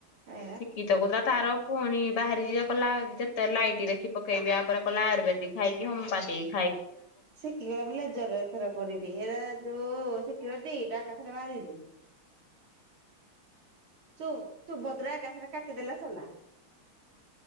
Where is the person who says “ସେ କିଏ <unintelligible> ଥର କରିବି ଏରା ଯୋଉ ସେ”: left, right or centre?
Right